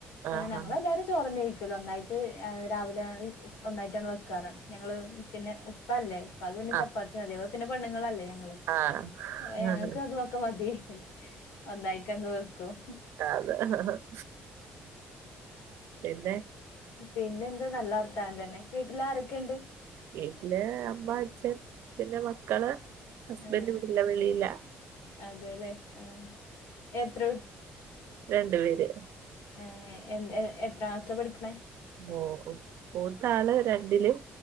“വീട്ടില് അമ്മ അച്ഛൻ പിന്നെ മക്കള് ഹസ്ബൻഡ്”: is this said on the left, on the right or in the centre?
Right